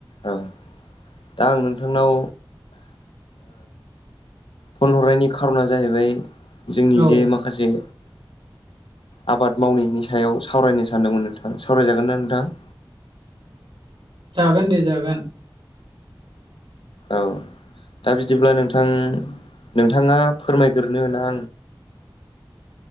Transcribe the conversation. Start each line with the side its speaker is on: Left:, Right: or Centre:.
Left: औ दा आं नोंथांनाव फन हरनायनि खार'ना जाहैबाय जोंनि
Right: औ
Left: जे माखासे आबाद मावनायनि सायाव सावरायनो सानदोंमोन नोंथां सावरायजागोन ना नोंथां?
Right: जागोन दे जागोन।
Left: औ दा बिदिब्ला नोंथां नोंथाङा फोरमायग्रो होना आं